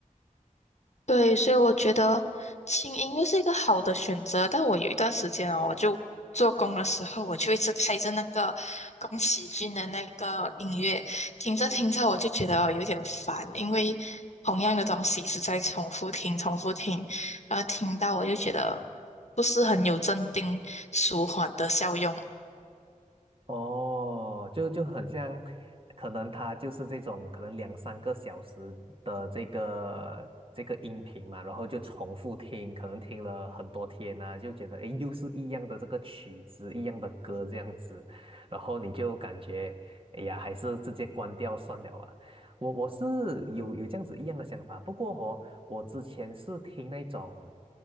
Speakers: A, on the left; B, on the right.
A: 对，所以我觉得轻音乐是一个好的选择，但我有一段时间哦，我就做工的时候，我就一直开着那个宫崎骏的那个音乐，听着听着我就觉得有点烦，因为同样的东西一直在重复听、重复听，然后听到我就觉得不是很有镇定舒缓的效用。
B: 哦，就就很像，可能他就是这种可能两三个小时的这个这个音频嘛，然后就重复听，可能听了很多天呐，就觉得诶，又是一样的这个曲子，一样的歌这样子，然后你就感觉，哎呀，还是直接关掉算了啊。我我是有有这样子一样的想法，不过哦，我之前是听那种，